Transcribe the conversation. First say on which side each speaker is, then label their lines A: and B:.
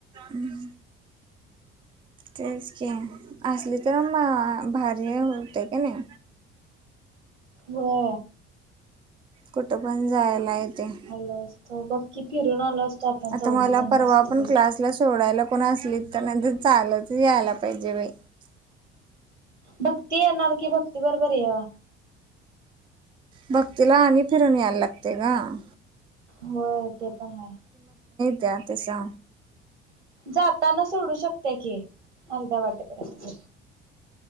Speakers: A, on the right; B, on the right.
A: उं तेच की असली तर मं भारी होतय कने.
B: हो.
A: कुठं पण जायला येते
B: आल असत बक्की फिरून आलो असतो आपण
A: आता
B: चौघी
A: मला
B: पण
A: परवा
B: मस्तपैकी
A: पण क्लासला सोडायला कोण असलीत तर नाहीतर चालत यायला पाहिजे बाई
B: भक्ती येणार की भक्ती बरोबर या.
A: भक्तीला आणि फिरून यायला लागतय ग.
B: होय ते पण आहे.
A: त्या तसा
B: जाताना सोडू शकते की अर्ध्या वाटेपर्यंत.